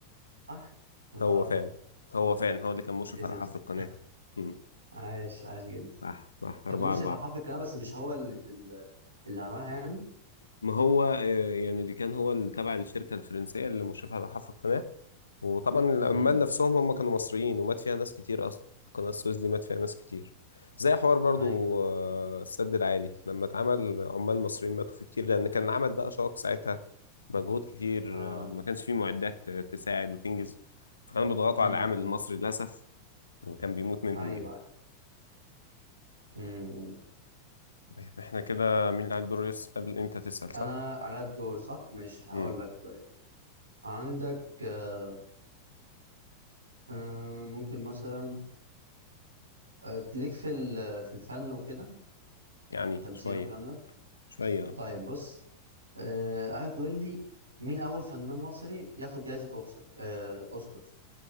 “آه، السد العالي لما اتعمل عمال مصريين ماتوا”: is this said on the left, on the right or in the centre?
Left